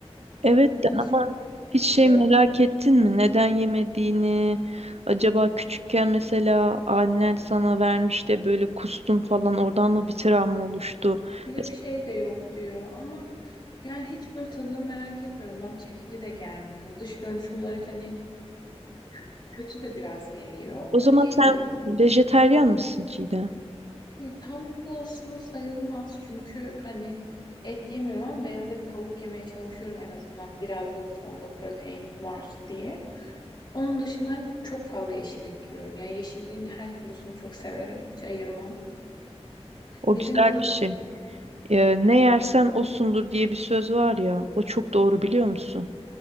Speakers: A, on the right (about 70°); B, on the left (about 40°).
A: Evet
B: Tadını
A: de ama
B: hiç
A: hiç şey
B: bilmiyorum.
A: merak ettin mi? Neden yemediğini? Acaba küçükken mesela annen sana vermiş de böyle kustun falan oradan mı bir travma oluştu?
B: Öyle
A: Mesela,
B: bir şey de yok diyor ama yani hiç böyle tadını merak etmiyorum. Bana çekici de gelmiyor. Dış görünüş olarak hani kö- kötü de biraz geliyor.
A: o
B: Hani
A: zaman
B: yemiyorum.
A: sen vejeteryan mısın Çiğdem?
B: Hani tam da aslında sayılmaz çünkü hani et yemiyorum ama beyaz et tavuk yemeye çalışıyorum en azından biraz da olsa onda protein var diye. Onun dışında çok fazla yeşillik yiyorum. Yani yeşilliğin her türlüsünü çok severim. Hiç ayırmam.
A: O
B: Bizim
A: güzel
B: burada
A: bir şey. Ee, ne yersen osundur diye bir söz var ya. O çok doğru biliyor musun?